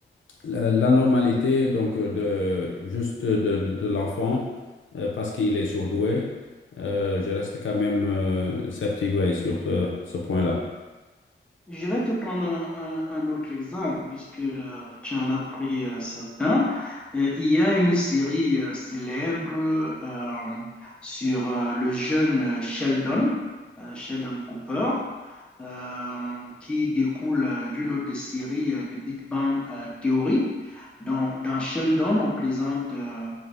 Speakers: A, on the left (about 70°); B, in the centre.
A: la, la normalité donc euh, de juste de, de l'enfant euh, parce qu'il est surdoué, euh, je reste quand même euh, sceptique ouais, sur ce, ce point-là.
B: Je vais te prendre un, un- un autre exemple, puisque euh, tu en as pris euh, certains. Euh, il y a une série euh, célèbre euh, sur euh, le jeune euh, Sheldon, euh, Sheldon Cooper euh, qui découle euh, d'une autre série euh, de Big Bang euh, Theory. Donc, dans Sheldon, on présente euh,